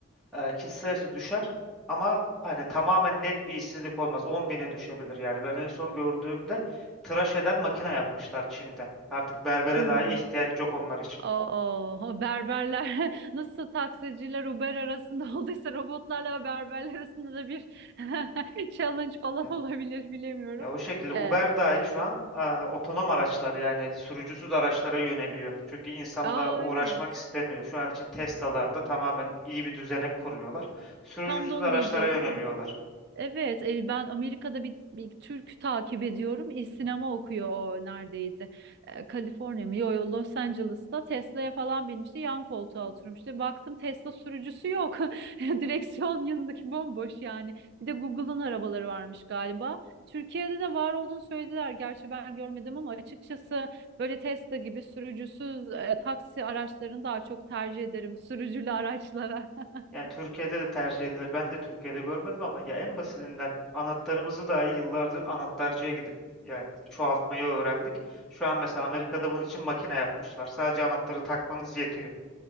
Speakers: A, in the centre; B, on the right.
A: E, kişi sayısı düşer ama hani tamamen net bir işsizlik olmaz. 10 bine düşebilir yani. Ben en son gördüğümde tıraş eden makine yapmışlar Çin'de. Artık berbere
B: Hmm.
A: dahi ihtiyaç yok onlar için.
B: Oh, berberler <laughs> nasıl taksiciler Uber arasında <laughs> olduysa robotlarla berberler arasında da bir <laughs> challenge falan
A: Evet.
B: olabilir bilemiyorum.
A: Ya o şekilde Uber
B: Ee,
A: dahi şu an e, otonom araçlar yani sürücüsüz araçlara yöneliyor. Çünkü insanla
B: aa
A: uğraşmak
B: evet.
A: istemiyor. Şu an için Tesla'larda tamamen iyi bir düzenek kuruyorlar. Sürücüsüz
B: Tam da onu
A: araçlara
B: diyecektim.
A: yöneliyorlar.
B: Evet, e, ben Amerika'da bir, bir Türk takip ediyorum. E, Sinema okuyor o neredeydi? E, Kaliforniya mı? Yo, yo, Los Angeles'ta Tesla'ya falan binmişti. Yan koltuğa oturmuştu. Baktım Tesla sürücüsü yok. <laughs> Direksiyon yanındaki bomboş yani. Bir de Google'ın arabaları varmış galiba. Türkiye'de de var olduğunu söylediler. Gerçi ben görmedim ama açıkçası böyle Tesla gibi sürücüsüz e, taksi araçlarını daha çok tercih ederim sürücülü araçlara. <laughs>
A: Ya Türkiye'de de tercih edilir. Ben de Türkiye'de görmedim ama ya en basitinden anahtarımızı dahi yıllardır anahtarcıya gidip ya çoğaltmayı öğrendik. Şu an mesela Amerika'da bunun için makine yapmışlar. Sadece anahtarı takmanız yetiyor.